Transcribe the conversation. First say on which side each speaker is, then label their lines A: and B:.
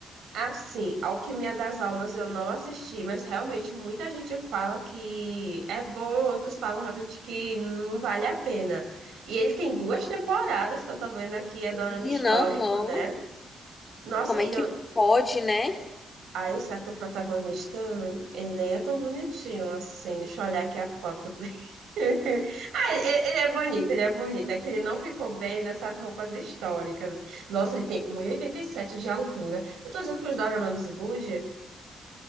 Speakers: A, on the right; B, on the left.
A: Assim, Alquimia das Almas eu não assisti, mas realmente muita gente fala que é bom, outros falam realmente que não vale a pena. E ele tem duas temporadas que eu tô vendo aqui, é dorama
B: Menina,
A: histórico,
B: aham.
A: né? Nossa,
B: Como é
A: e
B: que
A: eu,
B: pode, né?
A: Ah, esse ator protagonista, ele nem é tão bonitinho assim. Deixa eu olhar aqui a foto dele. <laughs> Ah, ele ele é bonito, ele é bonito. É que ele não ficou bem nessas roupas históricas. Nossa, ele tem um e e oitenta e sete de altura. Eu tô dizendo que os Dorama nos ilude?